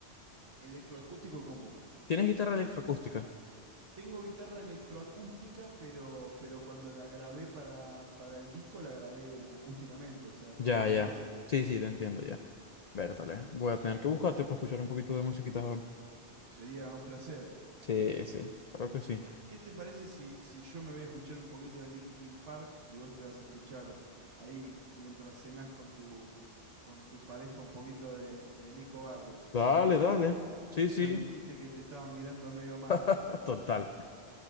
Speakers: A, on the right (about 80°); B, on the left (about 50°).
A: Electroacústico cómo
B: ¿Tienes guitarra electroacústica?
A: Tengo guitarra electroacústica, pero pero cuando la grabé para para el disco la grabé acústicamente, o sea,
B: Ya,
A: con un micrófono.
B: ya. Sí, sí, te entiendo, ya. Vértale. Voy a tener que buscarte para escuchar un poquito de musiquita ahora.
A: Sería un placer.
B: Sí, sí, creo que sí.
A: ¿Qué, qué te parece si, si yo me voy a escuchar un poquito de Linkin Park y vos te vas a escuchar ahí mientras cenás con tu, con tu pareja un poquito de, de Nico Barrios? Así
B: Dale,
A: no te
B: dale.
A: matan.
B: Sí,
A: Que
B: sí,
A: ya me dijiste que te estaban mirando medio mal.
B: ah, total.